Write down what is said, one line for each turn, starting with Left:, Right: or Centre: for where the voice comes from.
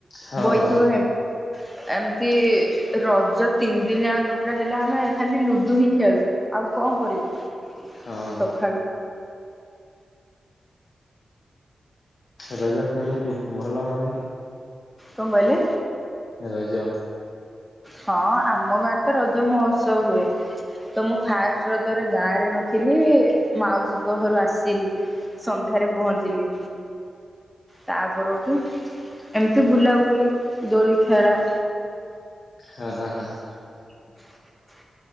Left: ହଁ
Centre: ବହିଥିବ ହେମ୍ ଏମତି ରଜ ତିନି ଦିନି ଆଙ୍କ ପୁରା ହେଲା ଆମେ ଖାଲି ଲୁଡୁ ହିଁ ଖେଳୁ ଆଉ କଁ କରିବୁ
Left: ହଁ
Centre: ସଖାଳୁ?
Left: ରଜ କେମିତି ଭଲ ମଣିଲ?
Centre: କଁ କହିଲେ?
Left: ରଜ।
Centre: ହଁ ଆମ ଗାଁରେ ତ ରଜ ମହୋତ୍ସବ ହୁଏ। ତ ମୁଁ ଫାଷ୍ଟ ରଜରେ ଗାଁରେ ନଥିଲି ମାଉସୀଙ୍କ ଘରୁ ଆସିଲି। ସନ୍ଧ୍ୟାରେ ପହଞ୍ଚିଲି। ତା ପରଠୁ ଏମତି ବୁଲାବୁଲି ଦୋଳି ଖେଳା।
Left: ହଁ ହଁ ହଁ।
Centre: ହ